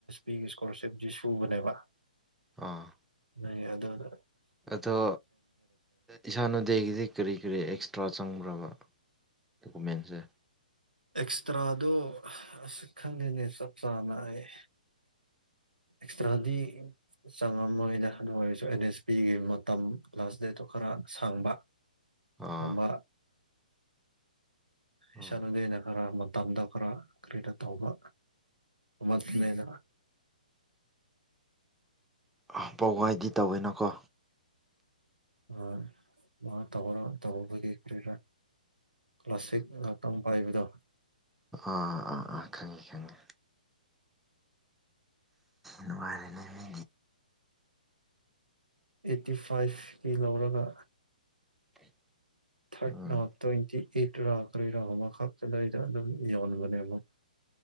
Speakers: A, on the right (about 80°); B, in the centre.
A: ꯃꯤꯒꯤ ꯏꯁꯀꯣꯂꯥꯔꯁꯤꯞꯁꯤ ꯁꯨꯕꯅꯦꯕ
B: ꯑꯥ
A: ꯅꯪꯒꯤ ꯑꯗꯨꯅ
B: ꯑꯗꯣ ꯏꯁꯥꯟ ꯎꯗꯦꯒꯤꯗꯤ ꯀꯔꯤ ꯀꯔꯤ ꯑꯦꯛꯁꯇ꯭ꯔꯥ ꯆꯪꯕ꯭ꯔꯕ ꯗꯣꯀꯨꯃꯦꯟꯁꯦ
A: ꯑꯦꯛꯁꯇ꯭ꯔꯥꯗꯣ ꯑꯁ ꯈꯪꯗꯦꯅꯦ ꯆꯞ ꯆꯥꯅ ꯑꯩ ꯑꯦꯛꯁꯇ꯭ꯔꯥꯗꯤ ꯆꯪꯉꯝꯃꯣꯏꯗ ꯑꯗꯨ ꯑꯣꯏꯔꯁꯨ ꯑꯦꯟ ꯑꯦꯁ ꯄꯤꯒꯤ ꯃꯇꯝ ꯂꯥꯁ ꯗꯦꯠꯇꯣ ꯈꯔ ꯁꯥꯡꯕ
B: ꯑꯥ
A: ꯑꯃ
B: ꯑꯥ
A: ꯏꯁꯥꯟ ꯎꯗꯦꯅ ꯈꯔ ꯃꯇꯝꯗꯣ ꯈꯔ ꯀꯔꯤꯔ ꯇꯧꯕ ꯑꯃꯗꯨꯅꯦꯅ
B: ꯑꯥ ꯄꯋꯥꯏꯗꯤ ꯇꯥꯋꯦꯅ ꯀꯣ
A: ꯑ ꯑꯗꯨꯃꯥꯏ ꯇꯧꯔꯒ ꯇꯧꯕꯗꯤ ꯀꯔꯤꯔ ꯀ꯭ꯂꯥꯁꯤꯛ ꯉꯥꯛꯇꯪ ꯄꯥꯏꯕꯗꯣ
B: ꯑꯥ ꯑꯥ ꯑꯥ ꯈꯪꯉꯤ ꯈꯪꯉꯤ ꯅꯨꯡꯉꯥꯏꯔꯅꯦ
A: ꯑꯦꯠꯇꯤ ꯐꯥꯏꯚꯀꯤ ꯂꯧꯔꯒ
B: <inaudible>
A: ꯊꯥꯔꯠꯅ
B: ꯎꯝ
A: ꯇ꯭ꯋꯦꯟꯇꯤ ꯑꯦꯠꯂ ꯀꯔꯤꯔꯥ ꯑꯃꯈꯛꯇꯂꯩꯗ ꯑꯗꯨꯝ ꯌꯣꯟꯕꯅꯦ